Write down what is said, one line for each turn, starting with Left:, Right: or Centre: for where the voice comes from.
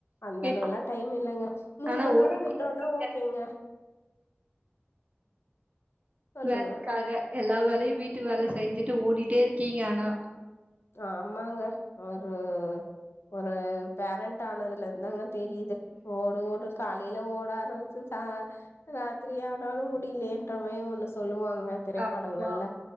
Left: அந்த அளவெல்லா
Right: இப்ப
Left: டைம் இல்லங்க மூணு
Right: ஆனா
Left: மண்
Right: ஓடிட்டே
Left: நேரோ விட்றோனா
Right: இருக்கீங்க
Left: ஓகேங்க சொல்லுங்க
Right: வேலைக்காக எல்லா வேலையு வீட்டு வேல செஞ்சிட்டு ஓடிட்டே இருக்கீங்க ஆனா
Left: ஆமாங்க ஒரு ஒரு பேரண்ட் ஆனதுலந்தாங்க தெரியிது ஓடு ஓடு காலையில ஓட ஆரம்ச்சு சா ராத்திர ஆனாலு முடியலேன்ற மாரி ஒண்ணு சொல்லுவாங் க திரைப்படங்கள்ல
Right: ஆமா.